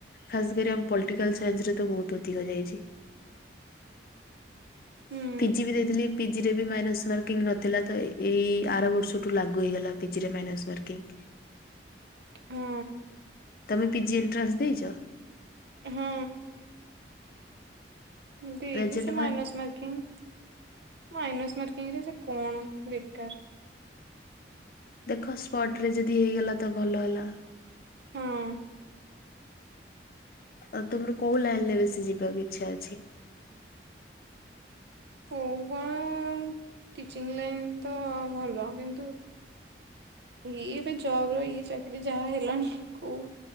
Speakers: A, on the left (about 50°); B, on the right (about 60°).
A: ଖାସ କରି ଆମ ପଲିଟିକାଲ ସାଇନ୍ସରେ ତ ବୋହୁତ ଅଧିକ ଯାଇଚି।
B: ହୁଁ
A: ପିଜି ବି ଦେଇଥିଲି। ପିଜିରେ ବି ମାଇନସ୍ ମାର୍କିଂ ନଥିଲା ତ ଏଇ ଆର ବର୍ଷଠୁ ଲାଗୁ ହେଇଗଲା ପିଜିରେ ମାଇନସ୍ ମାର୍କିଂ।
B: ହୁଁ।
A: ତମେ ପିଜି ଏଣ୍ଟ୍ରାନ୍ସ ଦେଇଚ?
B: ହୁଁ। ଏମତି ହେଇଚି
A: ରେଜଲ୍ଟ
B: ସେ ମାଇନସ୍
A: ବାହାର
B: ମାର୍କିଂ। ମାଇନସ୍ ମାର୍କିଂରେ ସେ କଣ ବେକାର।
A: ଦେଖ ସ୍ପଟରେ ଯଦି ହେଇଗଲା ତ ଭଲ ହେଲା।
B: ହଁ।
A: ଆଉ ତମର କୋଉ ଲାଇନରେ ବେଶୀ ଯିବାକୁ ଇଚ୍ଛା ଅଛି?
B: କୋଉ କଣ ଟିଚିଂ ଲାଇନ୍ ତ ଭଲ କିନ୍ତୁ ଇଏ ଏବେ ଜବର ଇଏ ଚାକିରି ଯାହା ହେଲାଣି କୋଉ